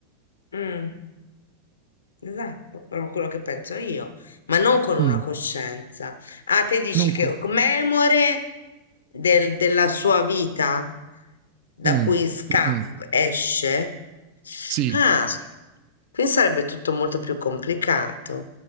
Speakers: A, on the left; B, on the right.
A: Mm. Esatto, proprio quello che penso io, ma non con una
B: Mm.
A: coscienza. Ah, te dici
B: Non
A: che
B: co-
A: memore del- della sua vita da
B: Mm.
A: cui sca-
B: Mm-mm.
A: esce?
B: Sì,
A: Ah, quindi sarebbe tutto molto più complicato.